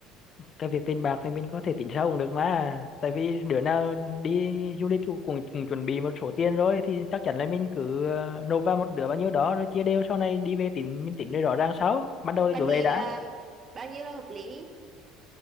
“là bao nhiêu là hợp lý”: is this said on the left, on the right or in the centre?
Right